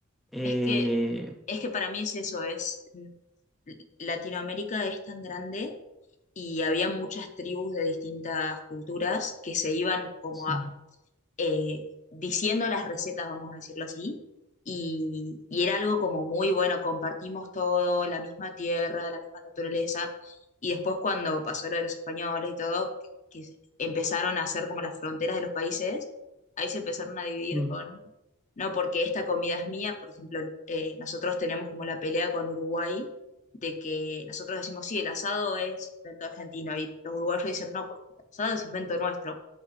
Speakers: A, in the centre; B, on the left.
A: Eh,
B: es que, es que para mí es eso, es mm, Latinoamérica es tan grande y había muchas tribus de distintas culturas que se iban como
A: sí,
B: a- eh, diciendo las recetas, vamos a decirlo así, y, y era algo como muy bueno, compartimos todo, la misma tierra, la misma naturaleza, y después cuando pasó lo de los españoles y todo, que se- empezaron a hacer como las fronteras de los países, ahí se empezaron a dividir
A: sí,
B: con, no, porque esta comida es mía, por ejemplo, eh, nosotros tenemos como la pelea con Uruguay, de que nosotros decimos, sí, el asado es invento argentino, y los uruguayos dicen, no, porque el asado es invento nuestro,